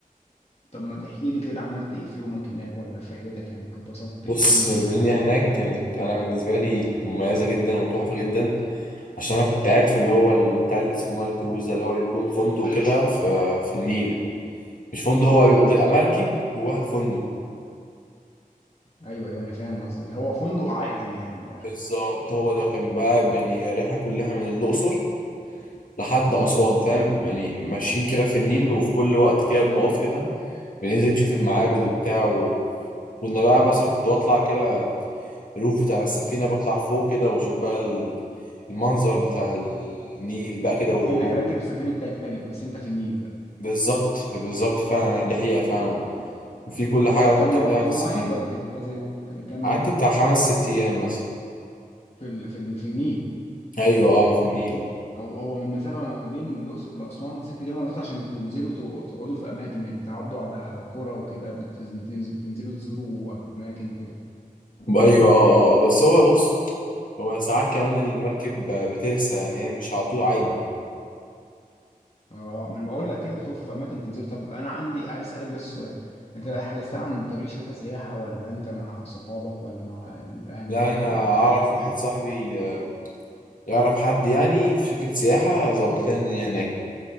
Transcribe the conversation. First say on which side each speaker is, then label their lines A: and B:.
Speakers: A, on the left; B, on the left.
A: طب ما تحكي لي كده عملت ايه في يومك هناك ولا في رحلتك يعني اتبسطت
B: بص
A: إيه؟ قول لي
B: الدنيا
A: ايه الأماكن
B: هناك
A: الحلوة اللي
B: كانت
A: انت زرتها
B: أنا بالنسبة لي مميزة جدا وتحفة جدا عشان أنا كنت قاعد في اللي هو ال- بتاع اللي اسمه نايل كروز ده اللي هو بيكون فندق كده في, في النيل مش فندق
A: اه
B: هو بتبقى
A: حلو
B: مركب جواها فندق
A: ايوه ايوه انا فاهم قصدك اللي هو فندق عائم يعني من الآخر
B: بالظبط هو ده كان بقى يعني رحلة كلها من الأقصر لحد
A: مم.
B: أسوان فاهم يعني ماشيين كده في النيل وفي كل وقت كده بنقف كده بننزل نشوف المعابد وبتاع و... كنا بقى مثلا كنت بطلع كده الروف بتاع السفينة بطلع فوق كده واشوف بقى ال- المنظر بتاع النيل بقى كده والغروب
A: كأنك راكب سفينة تايتانيك بس انت في النيل بقى
B: بالظبط بالظبط فعلا دي حقيقة فعلا وفي كل
A: دي كانت
B: حاجة ممكن
A: كام
B: تعملها
A: يوم كانت يوم
B: في السفينة
A: واحد ولا كانت كذا يوم كانت كام
B: قعدت
A: يوم
B: بتاع خمس ست أيام مثلا
A: في ال... في ال... في النيل
B: أيوة أه في النيل
A: هو هو من مسافه ما بين الاقصر لاسوان ست ايام ونص عشان بتنزلوا تق- تقعدوا في اماكن يعني بتعدوا على قرى وكده بتنز- بتنز- بتنزلوا تزوروا اماكن وكده
B: أيوة أه أه آه. بس هو بص هو ساعات كمان المركب بترسى يعني هي مش على طول عايمة
A: اه ما انا بقول لك كده بتقفوا في اماكن تنزلوا طب انا عندي عايز اسالك بس سؤال انت بقى حجزتها عن طريق شركه سياحه ولا انت مع صحابك ولا مع اهل
B: لا
A: البيت
B: أنا أعرف
A: يعني اهلك
B: واحد
A: ولا
B: صاحبي آه، يعرف حد يعني في شركة سياحة ظبط لنا الدنيا هناك